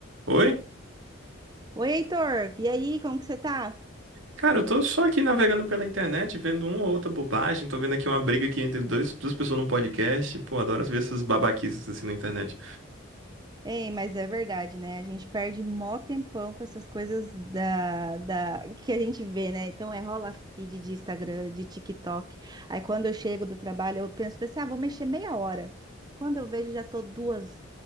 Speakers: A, on the right; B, on the right.
A: Oi?
B: Oi, Heitor, e aí, como que você tá?
A: Cara, eu tô só aqui navegando pela internet, vendo uma ou outra bobagem. Tô vendo aqui uma briga aqui entre dois, duas pessoas num podcast. Pô, adoro ver essas babaquices assim na internet.
B: Ei, mas é verdade, né? A gente perde mó tempão com essas coisas da, da que a gente vê, né? Então é rola feed de Instagram, de TikTok. Aí quando eu chego do trabalho, eu penso, pensei, ah, vou mexer meia hora. Quando eu vejo, já tô duas,